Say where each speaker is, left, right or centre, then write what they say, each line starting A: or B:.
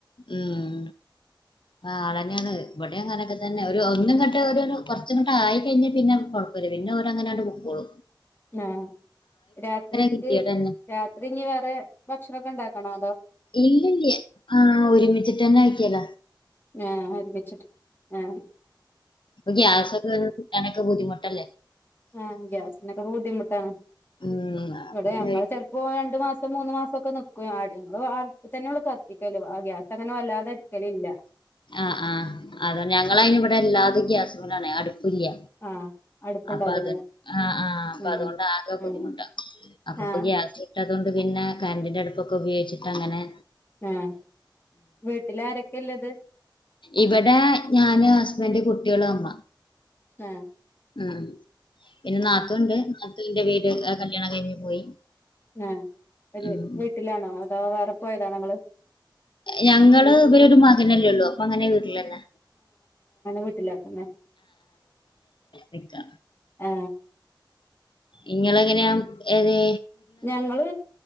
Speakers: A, on the left; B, on the left.
A: ഉം ആ അങ്ങന്നെയാണ് ഇബടെ അങ്ങാനൊക്കെ തന്നെ ഒര് ഒന്ന്ങ്ങട്ട് ഒര് ഒര് കൊർച്ച്ങ്ങട്ടായി കഴിഞ്ഞ പിന്നെ ഞ കൊഴപ്പല്ല പിന്നെ ഓലങ്ങനാണ്ട് പോക്കോളും
B: ആ രാത്രിക്ക്
A: കിട്ടിയത് തന്നെ
B: രാത്രി ഇഞ്ഞ് വേറെ ഭക്ഷണൊക്കെണ്ടാക്കണോ
A: ഇല്ലല്ല ആ ഒരുമിച്ചിട്ട്ന്നെ ആക്കിയത
B: ആ ഒരുമിച്ചിട്ട് ആ
A: ഗ്യാസൊക്കെ കിട്ടാനൊക്കെ ബുദ്ധിമുട്ടല്ലേ
B: ആഹ് ഗ്യാസിനൊക്കെ ബുദ്ധിമുട്ടാണ്
A: ഉം അപ്പൊ
B: ബടെ
A: പിന്നെ
B: ഞങ്ങള് ചെൽപ്പോ ണ്ട് മാസം മൂന്ന് മാസം ഒക്കെ നിക്കും ആ ഞങ്ങള് അട്പ്പ് തന്നെള്ളു കത്തിക്കല് ഗ്യാസ് അങ്ങനെ വല്ലാതെ എടുക്കലില്ല
A: ആ ആ അത ഞങ്ങളയ്ന് ഇവിടെ എല്ലാതും ഗ്യാസ്മലാണെ അടു പുതിയ
B: ആഹ് അടുപ്പുണ്ടാവലല്ലേ
A: അപ്പൊ അത് ആ ആ അപ്പൊ
B: ഉം
A: അത്കൊണ്ട് ആകെ ബുദ്ധിമുട്ടാ
B: ഉം
A: അപ്പൊപ്പൊ
B: ആഹ്
A: ഗ്യാസ് കിട്ടാൻ അതുകൊണ്ട് പിന്നെ കരന്റിൻ്റെ അടുപ്പൊക്കെ ഉപയോഗിച്ചിട്ടങ്ങനെ
B: ആ വീട്ടിലാരെക്കെള്ളത്
A: ഇവിടെ ഞാന് ഹസ്ബന്റ് കുട്ട്യേള് അമ്മ
B: ആ
A: ഉം പിന്നെ നാത്തൂൻണ്ട് നാത്തൂന്റെ വീട് കല്യാണം കയ്ഞ്ഞ് പോയി
B: ആ ഒര്
A: ഉം
B: വീട്ടിലാണോ അതോ വേറെ പോയതാണോങ്ങള്
A: ഞങ്ങള് ഇവരാെരു മകനല്ലേള്ളു അപ്പൊ അങ്ങനെ വീട്ടിലെന്നെ
B: വീട്ടില്ക്കന്നെ
A: നിക്കാം
B: അ ആ
A: ഇങ്ങളെങ്ങനെയാ ഏതെ
B: ഞങ്ങള്